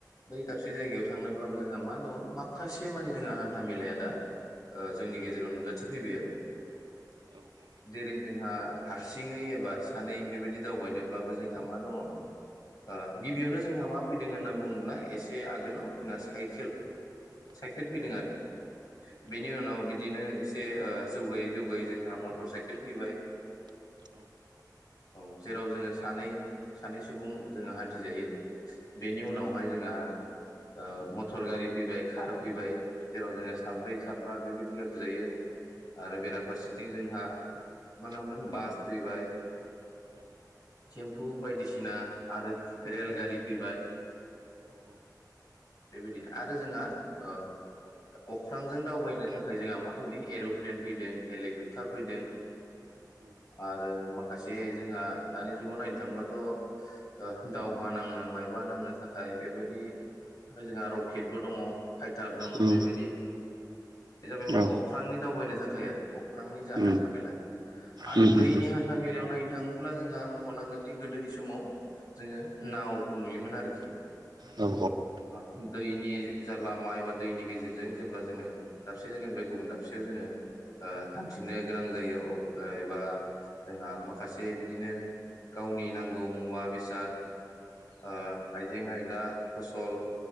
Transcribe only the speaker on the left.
बै दाबसे जायगायाव थांनोब्लाबो जोंहा मा दङ। माखासे मानि जोंहा हान्था मेलाया दा ओ जोंनि गेजेराव नुजाथिफैबाय आरो। जेरै जोंहा हारसिङै एबा सानै बेबायदि दावबायनोब्लाबो जोंहा मा दङ' ओ गिबियावनो जोंहा मा फैदों होनना बुङोब्ला एसे आगोलाव जोंहा साइकेल साइकेल फैदों आरो बेनि उनाव बिदिनो एसे ओ जौगायो जौगायै जोंहा मटर साइकेल फैबाय औ जेराव जोङो सानै सानै सुबुं जोङो हान्थि जायो। बेनि उनावहाय जोंहा ओ मथर गारि फैबाय कार फैबाय जेराव जोङो साब्रै साबा बेबायदि गाखो जायो आरो बेराफा फारसेथिं जोंहा मा होनना बुंगोन बास फैबाय थेम्फु बायदिसिना आरो रेलगारि फैबाय बेबायदिनो आरो जोंहा ओ अख्रांजों दावबायनो थाखाय जोंहा मा फैदों एर'प्लेन फैदों। हेलिकप्टार फैदों आरो माखासे जोंहा दानि जुगाव नायनो थाङोब्लाथ' दावहा नांनो मायबा नांनो थाखाय बेबायदि जोंहा रकेटबो दङ' फाइटार दं
बेबायदि बे जाबाय मा
अख्रांनि दावबायनो थाखाय आरो। अख्रांनि जा
हान्था मेला आरो
दैनि हान्था मेलायाव नायनो थाङोब्ला जोंहा मख'नांगोनदि गोदोनि समाव जोङो नावखौ नुयोमोन आरोखि।
ओ दैनि जालामा एबा दैनि गेजेरजों जेब्ला जोङो दाबसे जायगानिफ्राय गुबुन दाबसेयाव जोङो ओ हान्थिनो गोनां जायो अब एबा जोंहा माखासे बिदिनो गावनि नांगौ मुवा बेसाद ओ आयजें आयला फसल